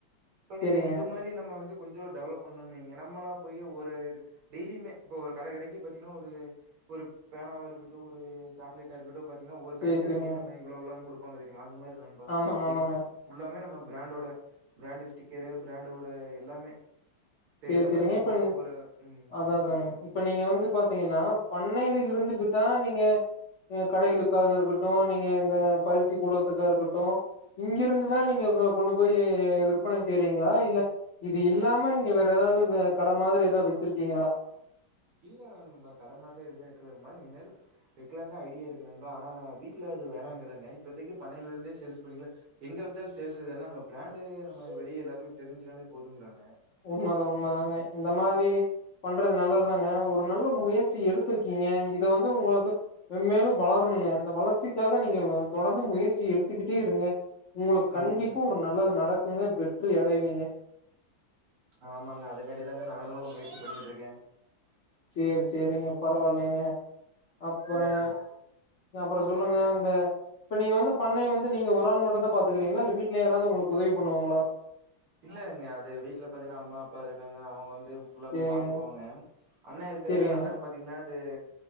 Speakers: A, on the right; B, on the left.
A: இப்ப
B: சேரிங்க
A: நீங்க இது மாரி நம்ம வந்து கொஞ்சம் டெவலப் பண்ணுன் வைங்க நம்மலா போய் ஒரு டெய்லியுமே இப்ப ஒரு கட கடைக்கு பாத்தீங்கன்னா ஒரு ஒரு பேனவ வா இருக்கட்டு ஒரு சாக்லேட்டா இருக்கட்டு பா த்திங்கன்னா ஒவ்வொரு
B: சேரி
A: கடைக் கடைக்கு
B: சேரிங்க
A: நம்ம இவ்ள இவ்ளோனு கொடுக் பாங்க தெரியுமா அது மாரி தா நண்பா
B: ஆமாங்க ஆமாங்க
A: எக் ஃபுல்லாமே நம்ம பிராண்டோட பிராண்டு ஸ்டிக்கரு பிராண்டோட எல்லாமே தெரியற
B: சேரி சேரிங்க
A: மாரி நண்பா
B: இப்ப
A: ஒவ்வொரு ம்
B: அதா அதாங்க
A: சொல்லுங்க
B: இப்ப நீங்க வந்து பாத்தீங்கன்னா பண்ணைல இருந்துட்டு தா நீங்க கடைகளுக்காக இருக்கட்டு நீங்க இந்த பயிற்சி கூடகத்துக்கா இருக்கட்டு இங்கிருந்துதா நீங்க கொண்டு போய் விற்பனை செய்றீங்களா இல்ல இது இல்லாம நீங்க ஏதாவது கட மாரி ஏதாவது வச்சிருக்கீங்களா
A: இல்ல நண்பா கடமார்லா எதுவுமே வக்கில நண்பா இனிமேல் வைக்கிலான் தா ஐடியா இருக்கு நண்பா ஆனா வீட்ல இது வேணாங்கறாங்க இப்பதைக்கு பண்ணையில இருந்தே சேல்ஸ் பண்ணிக்கலா எங்க வச்சாலு சேல்ஸ் இதான நம்ம பிராண்டு நம்ம வெளிய எல்லாத்துக்கு தெரிஞ்சிடானே போதுங்கறாங்க
B: உண்ம தா உண்ம தாங்க இந்த மாரி பண்றது நல்லது தாங்க ஒரு நல்ல முயற்சி எடுத்திருக்கீங்க இத வந்து உங்களுக்கு மென்மேலு வளரணுங்க இந்த வளர்ச்சிக்காக நீங்க தொடர்ந்து முயற்சி எடுத்துக்கிட்டே இருங்க உங்களுக்கு கண்டிப்பா
A: ம்
B: ஒரு நல்லது நடக்குங்க வெற்றி அடைவீங்க
A: ஆமாங்க அதுக்காட்டி தாங்க நானும் முயற்சி பண்ணிட்ருக்கே
B: சேரி சேரிங்க பரவால்லைங்க அப்புறம்
A: ம்
B: அப்புறம் சொல்லுங்க அ இப்ப நீங்க வந்து பண்ணைய வந்து நீங்க ஒரு ஆள் மட்டும்தா பாத்துக்கறீங்களா இல்ல வீட்ல யாராவது உங்களுக்கு உதவி பண்ணுவாங்களா
A: இல்லங்க அது வீட்ல பாத்தீங்கன்னா அம்மா அப்பா இருக்காங் க அவங்க வந்து ஃபுல்லாமே
B: சேரிங்க
A: பாத்துக்குவாங்க அண்ணே இருக்காரு
B: சேரிங்க
A: அண்ணேனு பாத்தீங்கன்னா து